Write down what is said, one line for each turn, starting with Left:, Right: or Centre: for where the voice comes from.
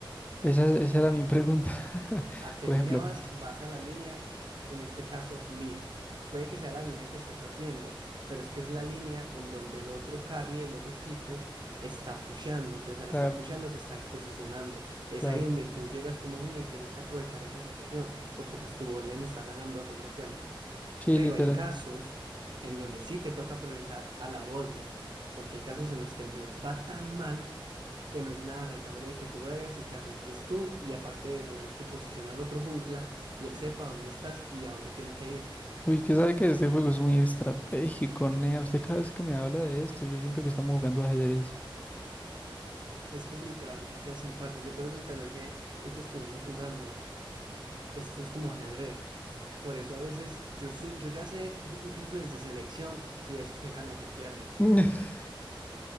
Left: esa, es- esa era mi pregunta. <laughs>
Right: ¿A qué
Left: Por
Right: línea
Left: ejemplo,
Right: vas? Vas a la línea, en este caso, mid. Puede que sea la línea que esté perdiendo, pero es que es la línea en donde el otro carry del otro equipo está pusheando. Entonces, al
Left: claro,
Right: estar pusheando, se está desposicionando. Es
Left: claro.
Right: ahí donde tú llegas como jungla y tienes que aprovechar esa situación, porque pues tu bot lane está ganando a fin de cuentas.
Left: Sí,
Right: Pero
Left: literal.
Right: hay casos en donde sí te toca priorizar a la botlane, porque hay casos en los que el mid va tan mal que no es nada rentable de que tú vayas y te arriesgues tú, y aparte de eso, es tu posición al otro jungla y él sepa dónde estás y a dónde tiene que ir.
Left: Uy, que sabe que este juego es muy estratégico, Nea. Usted cada vez que me habla de esto, yo siento que estamos jugando ajedrez.
Right: Es que es literalmente así, parce. Yo por eso te lo dije hoy que estuvimos jugando. Esto es como ajedrez. Por eso a veces yo, su- yo ya sé, de- incluso desde selección, si eso se gana o se pierde.
Left: <laughs> Pero